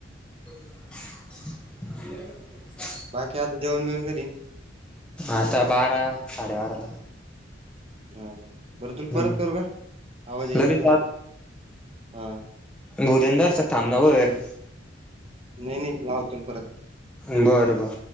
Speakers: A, in the centre; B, on the right.
A: <inaudible>
B: बाकी आता जेवण बिवण कधी?
A: आता बारा साडे बाराला.
B: हा का? बरं तुला
A: हम्म
B: परत करू का? आवाज येईनचा.
A: लगेच
B: हा.
A: होऊ दे ना जरासक थांब ना वर.
B: नाही नाही. लावतो मी परत.
A: बरं बर.